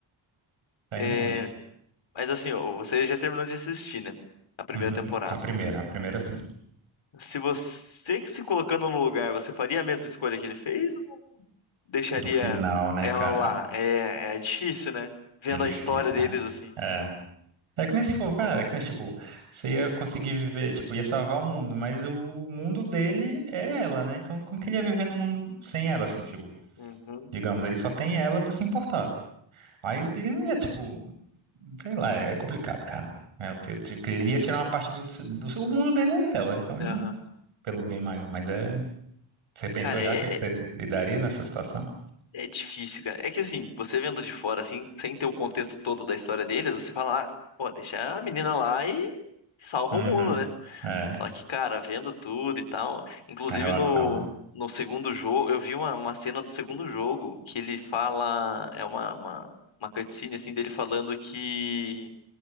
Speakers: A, on the right; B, on the left.
A: tá indo
B: É,
A: longe.
B: mas assim, ó, você já terminou de assistir, né? A primeira
A: Uhum.
B: temporada.
A: A primeira, a primeira sim.
B: Se você que se colocando no lugar, você faria a mesma escolha que ele fez ou deixaria
A: Do final, né,
B: ela
A: cara?
B: lá?
A: Ah,
B: É, é difícil, né? Vendo
A: É difícil,
B: a história deles
A: cara.
B: assim.
A: É. É que nem se for, cara, é que nem, tipo, você ia conseguir viver, tipo, ia salvar o mundo, mas o mundo dele é ela, né? Então, como que ele ia viver no mundo sem ela, assim, tipo,
B: Uhum.
A: digamos, ele só tem ela pra se importar. Aí ele não ia, tipo, sei lá, é complicado, cara. É, porque, tipo, ele ia tirar uma parte do, do seu, o mundo dele é ela, então ele
B: Aham.
A: não, pelo bem maior, mas é, você pensou
B: Cara,
A: já
B: é,
A: o que que
B: é
A: você lidaria nessa situação?
B: é difícil, cara. É que assim, você vendo de fora, assim, sem ter o contexto todo da história deles, você fala, ah, pô, deixa a menina lá e salva
A: Uhum,
B: o mundo, né?
A: é,
B: Só que, cara, vendo tudo e tal. Inclusive
A: a relação,
B: no,
A: né?
B: no segundo jogo, eu vi uma, uma cena do segundo jogo que ele fala. É uma, uma, uma cutscene assim dele falando que